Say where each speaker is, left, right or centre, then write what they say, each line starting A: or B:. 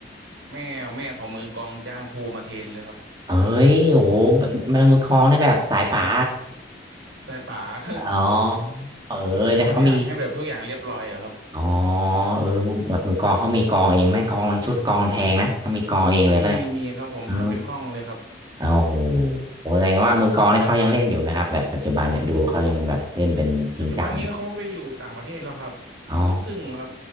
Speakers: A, on the right (about 85°); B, on the right (about 20°).
A: แม่แม่ของมือกลองจ้างครูมาเทรนเลยครับ
B: เอ้ยโอ้โหมือมือคลองนแบบสายป่า
A: สายป่า <laughs>
B: เหรอ <laughs> อ๋อเออเดี๋ยวเขามี
A: เขาอยากให้แบบทุกอย่างเรียบร้อยอะครับ
B: อ๋อเออมือแบบมือกลองเขามีกลองเองไหมกลองมันชุดกลองมันแพงนะเขามีกลองเองเลยปะเนี่ย
A: มีมีครับผมทำเป็นห้องเลยครับ
B: เออโอ้โหโหแสดงว่ามือกลองนี่เขายังเล่นอยู่ไหมครับแบบปัจจุบันเนี่ยดูเขายังแบบเล่นเป็นจริงจังไหม
A: ปัจจุบันนี้เขาไปอยู่ต่างประเทศแล้วครับเป็นลูกครึ่งครับ
B: อ๋อ